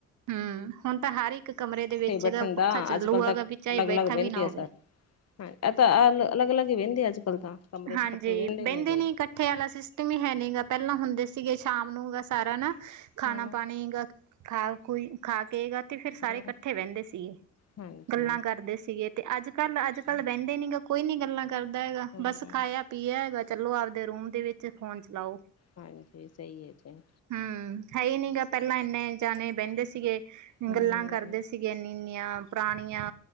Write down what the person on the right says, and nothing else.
ਹੂੰ, ਹੁਨ ਤਾਂ ਹਰ ਇੱਕ ਕਮਰੇ ਦੇ ਵਿੱਚ
ਪੱਖਾ
ਚੱਲੂਗਾ
ਗ ਵੀ ਚਾਹੇ
ਬੈਠਾ
ਵੀ ਨਾ ਹੋਵੇ।
<inaudible>
ਹਾਂਜੀ
ਬਹਿੰਦੇ
ਨੀ ਇਕੱਠ। ਕੱਠੇ ਵਾਲਾ ਸਿਸਟਮ ਈ ਹੈ ਨੀ ਗਾ ਪਹਿਲਾਂ ਹੁੰਦੇ ਸੀਗੇ ਸ਼ਾਮ ਨੂੰ ਗ ਸਾਰਾ ਨਾ। ਖਾਨਾ
ਪਾਨੀ ਗ ਖਾਓ। ਕੋਈ ਖਾ ਕੇ ਗਾ ਤੇ ਫੇਰ ਸਾਰੇ
ਇਕੱਠੇ ਬਹਿੰਦੇ ਸੀਗੇ
ਗੱਲਾਂ ਕਰਦੇ ਸੀਗੇ। ਤੇ ਅੱਜ-ਕੱਲ੍ਹ, ਅੱਜ-ਕੱਲ ਬਹਿੰਦੇ ਨੀ ਗੇ ਕੋਈ ਨੀ ਗੱਲਾਂ ਕਰਦਾ ਹੈਗਾ
ਬਸ ਖਾਇਆ। ਪੀਯਾ ਹੈਗਾ ਚਲੋ! ਆਵਦੇ ਰੂਮ ਦੇ ਵਿੱਚ ਫੋਨ ਚਲਾਓ।
ਹਮ ਹੈ ਈ ਨੀ ਗਾ ਪਹਿਲਾਂ ਇੰਨੇ ਜਾਨੇ ਬਹਿੰਦੇ ਸੀਗੇ
ਗੱਲਾਂ ਕਰਦੇ ਸੀ। ਸੀਗੇ ਇਨੀ ਇੰਨੀਆਂ ਪੁਰਾਨਿਆਂ।